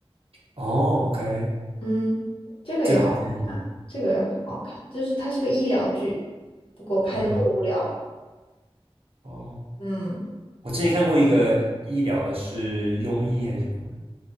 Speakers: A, on the right (about 65°); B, on the left (about 60°).
A: 哦，OK，
B: 嗯，这个也很好看，
A: 这个好看是吗？
B: 这个也很好看，就是它是个医疗剧，不过拍的不无聊。
A: 嗯哼，哦，
B: 嗯，
A: 我之前看过一个医疗的是庸医还是什么的，